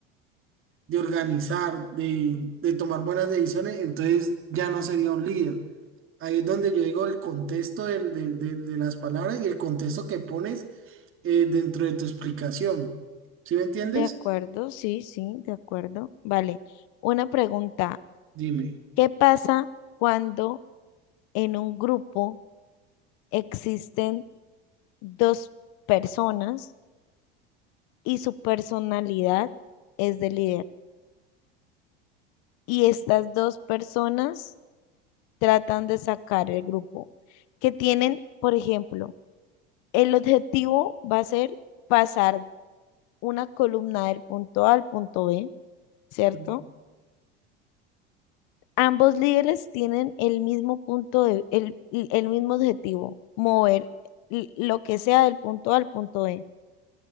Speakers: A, on the right; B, on the left.
A: de organizar, de, de tomar buenas decisiones, entonces ya no sería un líder. Ahí es donde yo digo el contexto del- del- del- de, las palabras y el contexto que pones eh, dentro de tu explicación. ¿Sí me entiendes?
B: De acuerdo, sí, sí, de acuerdo. Vale. Una pregunta.
A: Dime.
B: ¿Qué pasa cuando en un grupo existen dos personas y su personalidad es de líder? Y estas dos personas tratan de sacar el grupo, que tienen, por ejemplo, el objetivo va a ser pasar una columna del punto A al punto B, ¿cierto?
A: Mm,
B: Ambos líderes tienen el mismo punto de- el, el mismo objetivo, mover l- lo que sea del punto A al punto B.